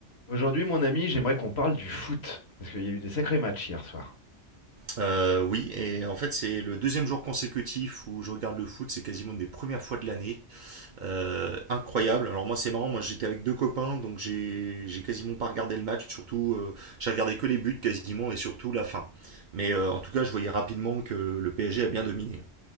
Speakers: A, on the left (about 65°); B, on the right (about 55°).
A: Aujourd'hui, mon ami, j'aimerais qu'on parle du foot, parce qu'il y a eu des sacrés matchs hier soir.
B: Euh, oui, et en fait c'est le deuxième jour consécutif où je regarde le foot, c'est quasiment une des premières fois de l'année. Euh, incroyable. Alors moi c'est marrant, moi j'étais avec deux copains, donc j'ai j'ai quasiment pas regardé le match, surtout euh, j'ai regardé que les buts quasiment et surtout la fin. Mais euh, en tout cas je voyais rapidement que le PSG a bien dominé.